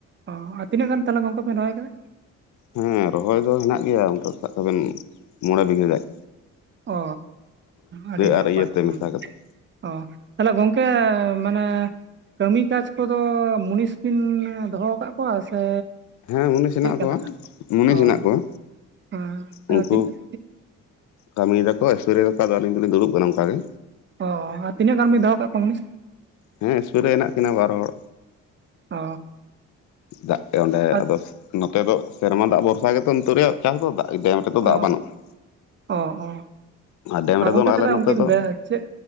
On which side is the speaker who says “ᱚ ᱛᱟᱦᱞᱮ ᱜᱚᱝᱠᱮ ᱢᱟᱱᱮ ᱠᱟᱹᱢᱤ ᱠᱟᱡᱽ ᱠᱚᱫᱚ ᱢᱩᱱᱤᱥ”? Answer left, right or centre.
Right